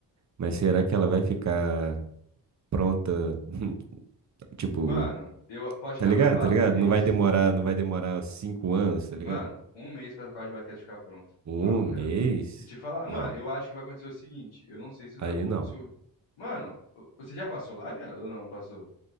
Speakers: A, on the right; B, on the left.
A: mas será que ela vai ficar pronta, <laughs> tipo,
B: Mano, eu posso
A: Tá
B: te mandar
A: ligado?
B: o papo?
A: Tá ligado?
B: Um mês.
A: Não vai demorar, não vai demorar cinco anos, tá ligado?
B: Mano, um mês pra quadra de basquete ficar pronto.
A: Um
B: Papo
A: mês?
B: reto. E te falar, mano,
A: Não.
B: eu acho que vai acontecer o seguinte, eu não sei se
A: Aí
B: vai. o-
A: não.
B: se o- mano, o- você já passou lá, viado? Ou não, não passou?